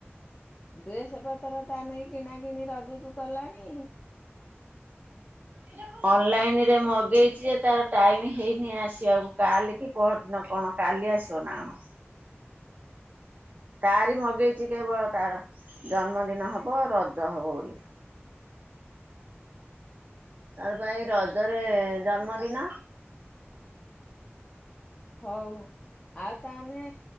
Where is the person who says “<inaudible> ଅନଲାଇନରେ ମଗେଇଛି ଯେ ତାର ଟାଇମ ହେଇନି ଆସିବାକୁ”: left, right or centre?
Right